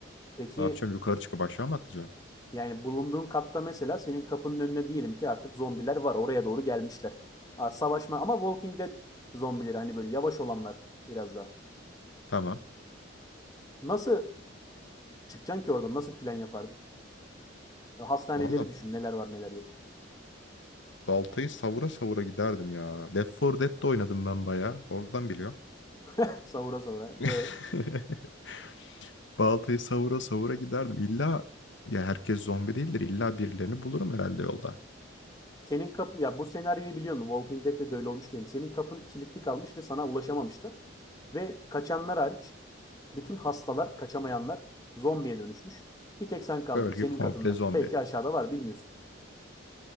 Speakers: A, on the left; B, on the left.
A: Peki
B: Ne yapacağım? Yukarı çıkıp aşağı mı atlayacağım?
A: yani bulunduğun katta mesela senin kapının önüne diyelim ki artık zombiler var. Oraya doğru gelmişler. Aa, Savaşma ama Walking Dead zombileri hani böyle yavaş olanlar biraz daha.
B: Tamam.
A: Nasıl çıkacaksın ki oradan? Nasıl plan yapardın? Hastaneleri
B: Valla
A: düşün neler var neler yok.
B: Baltayı savura savura giderdim ya. Left 4 Dead'de oynadım ben bayağı. Oradan biliyorum.
A: <laughs> savura savura.
B: <laughs>
A: E,
B: Baltayı savura savura giderdim. İlla ya herkes zombi değildir. İlla birilerini bulurum herhalde yolda.
A: senin kapı ya bu senaryoyu biliyorsun. Walking Dead'de de öyle olmuş yani. Senin kapın kilitli kalmış ve sana ulaşamamışlar. Ve kaçanlar hariç bütün hastalar, kaçamayanlar zombiye dönüşmüş. Bir tek sen kaldın
B: Bölge
A: senin
B: komple
A: katından.
B: zombi.
A: Belki aşağıda var bilmiyorsun.